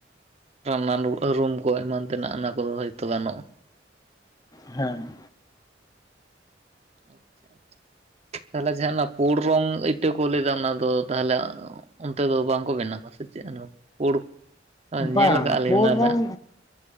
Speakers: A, on the right; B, on the left.
A: ᱨᱟᱱ ᱨᱩᱢ ᱠᱚ ᱮᱢᱟᱱ ᱛᱮᱱᱟᱜ ᱚᱱᱟ ᱠᱚᱫᱚ ᱦᱳᱭᱛᱳ ᱜᱟᱱᱚᱜᱼᱟ
B: ᱦᱮᱸ
A: ᱟᱪᱪᱷᱟ ᱟᱪᱪᱷᱟ ᱛᱟᱦᱞᱮ ᱡᱟᱦᱟᱸ ᱚᱱᱟ ᱯᱩᱲ ᱨᱚᱝ ᱤᱴᱟᱹ ᱠᱚ ᱞᱟᱹᱭᱫᱟ ᱚᱱᱟ ᱫᱚ ᱛᱟᱦᱚᱞᱮᱼᱼ ᱚᱱᱛᱮ ᱫᱚ ᱵᱟᱝᱠᱚ ᱵᱮᱱᱟᱣᱟ ᱥᱮ ᱪᱮᱫ? ᱯᱩᱲ
B: ᱵᱟᱝ
A: ᱧᱮᱞ ᱠᱟᱜᱼᱟ ᱞᱤᱧ
B: ᱯᱩᱨ
A: ᱚᱱᱟ ᱨᱮᱱᱟᱜ
B: ᱨᱚᱝ